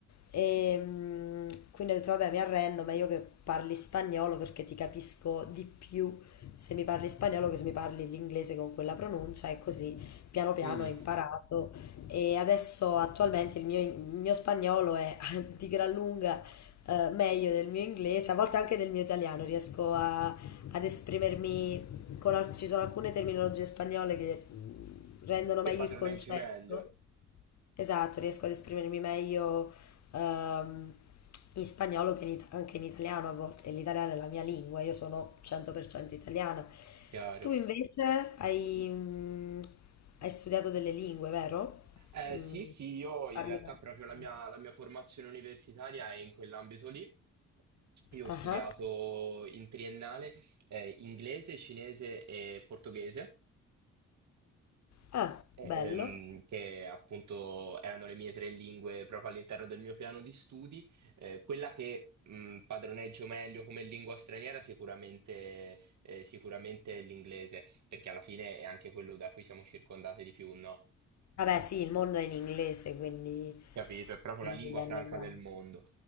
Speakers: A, on the left; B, on the right.
A: E mm, quindi ho detto, vabbè, mi arrendo, meglio che parli spagnolo perché ti capisco di più se mi parli spagnolo che se mi parli l'inglese con quella pronuncia e così piano piano
B: Mm,
A: ho imparato e adesso attualmente il mio, il mio spagnolo è <laughs> di gran lunga eh, meglio del mio inglese, a volte anche del mio italiano, riesco a- ad esprimermi con al- ci sono alcune terminologie spagnole che mm, rendono
B: Che
A: meglio
B: padroneggi
A: il concetto.
B: meglio.
A: Esatto, riesco ad esprimermi meglio ehm, in spagnolo che in it- anche in italiano a volte. e L'italiano è la mia lingua, io sono 100% italiana.
B: Chiaro.
A: Tu invece hai, mm, hai studiato delle lingue, vero?
B: Eh,
A: Mm,
B: sì, sì, io in
A: parli
B: realtà
A: abbastanza.
B: proprio la
A: bene.
B: mia, la mia formazione universitaria è in quell'ambito lì. Io ho
A: Ah,
B: studiato
A: ah,
B: in triennale eh, inglese, cinese e portoghese.
A: Ah,
B: ehm,
A: bello.
B: che appunto erano le mie tre lingue proprio all'interno del mio piano di studi. Eh, quella che mh, padroneggio meglio come lingua straniera sicuramente, eh, sicuramente è l'inglese, perché alla fine è anche quello da cui siamo circondati di più, no?
A: Vabbè, sì, il mondo è in inglese, quindi,
B: Capito, è proprio
A: quindi
B: la lingua
A: è
B: franca
A: normale.
B: del mondo.